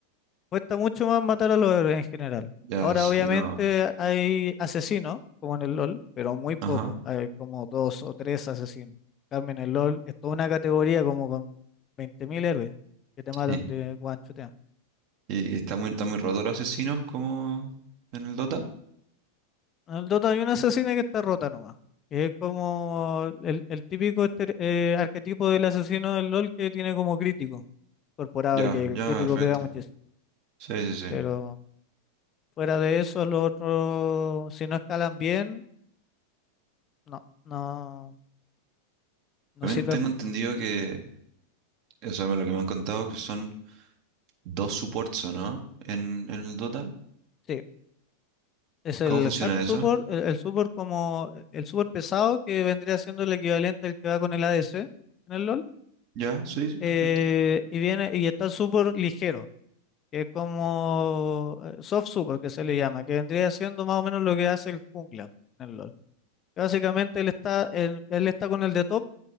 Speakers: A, on the left; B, on the right.
A: Cuesta mucho más matar a los héroes en general.
B: Ya,
A: Ahora,
B: sí,
A: obviamente,
B: no.
A: hay asesinos, como en el LOL, pero muy poco.
B: Ajá.
A: Hay como dos o tres asesinos. En cambio, en el LOL es toda una categoría como con 20.000 héroes que te matan
B: sí.
A: de guanchotean.
B: Y, y está muy, está muy roto los asesinos como en el Dota.
A: En el Dota hay una asesina que está rota nomás. Que es como el, el típico estere- eh, arquetipo del asesino del LOL que tiene como crítico incorporado
B: Ya,
A: y que el
B: ya,
A: crítico
B: perfecto.
A: pega muchísimo.
B: Sí, sí,
A: Pero
B: sí.
A: fuera de eso, los otros, si no escalan bien, no, no. No
B: También
A: sirve
B: tengo
A: mucho.
B: entendido que, o sea, lo que me han contado que son dos supports, ¿o ¿no? En, en el Dota.
A: Sí, es el
B: ¿Cómo funciona
A: hard support,
B: eso?
A: el, el support como el support pesado que vendría siendo el equivalente al que va con el ADC en el LoL.
B: Ya, sí, sí,
A: eh,
B: perfecto.
A: y viene y está el support ligero, que es como eh, soft support que se le llama, que vendría siendo más o menos lo que hace el jungla en el LoL. Que básicamente él está en- él está con el de top